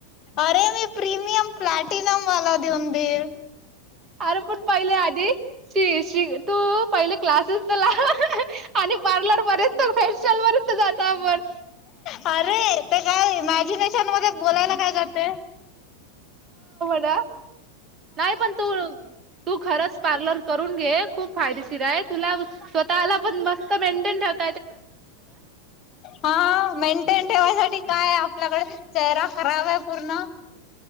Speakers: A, on the left; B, on the right.
A: अरे मी प्रीमियम प्लॅटिनम वाला देऊन बेल
B: अरे पण पहिले आधी श श तू पहिलं क्लासेस तर आणि पार्लरपर्यंत फेलर्यंत जात आपण
A: अरे ते काय इमॅजिनेशन मध्ये बोलायला काय जात.
B: नाय पण तु तू खरंच पार्लर करून घे खूप फायदेशीर आहे तुला स्वतःला पण मस्त मेंटेन ठाक.
A: हा मेंटेन ठेवायसाठी काय? आपल्याकडे चेहरा खराब आहे पूर्ण.